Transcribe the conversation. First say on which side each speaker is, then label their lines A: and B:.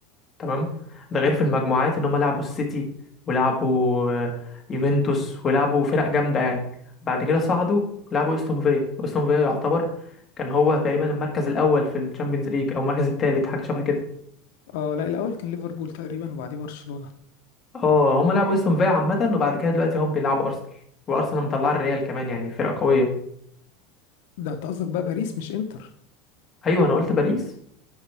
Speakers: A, on the left (about 20°); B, on the left (about 65°).
A: تمام ده غير في المجموعات ان هم لعبوا السيتي ولعبوا آه، يوفنتوس ولعبوا فرق جامده يعني بعد كده صعدوا لعبوا استون فيا استون فيا يعتبر كان هو تقريبا المركز الاول في الشامبيونز ليج او المركز الثالث حاجه شبه كده
B: اه لا الاول كان ليفربول تقريبا وبعديه برشلونة
A: اه هم لعبوا استون فيا عامه وبعد كده دلوقتي هم بيلعبوا ارسنال وارسنال مطلعه الريال كمان يعني فرقه قويه
B: ده انت قصدك بقى باريس مش انتر
A: ايوه انا قلت باريس